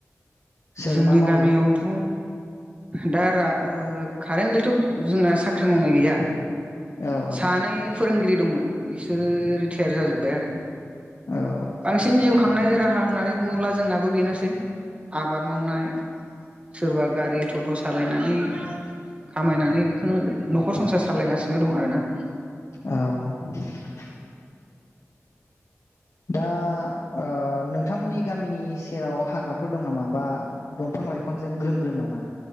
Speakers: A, on the left (about 65°); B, on the right (about 25°).
A: सोर
B: जोंनि
A: मा मावो
B: गामियावथ दारा ओ कारेन्टलिथ जोंना साख्रि मावनाय गैया।
A: औ औ
B: सानै फोरोंगिरि दंमोन। बिसोरो रिटायार जाजोब्बाय आरो।
A: औ
B: बांसिन जिउ खांनाय राहा होननानै बुङोब्ला जोंनाबो बेनोसै। आबाद मावनाय सोरबा गारि थट' सालायनानै खामायनानै बेखोनो नखर संसार सालायगासिनो दं आर ना ।
A: औ दा ओ नोंथांमोननि गामिनि सेराव हाग्राफोर दं नामा बा दंफां लाइफांजों ग्रोम ग्रोम नामा?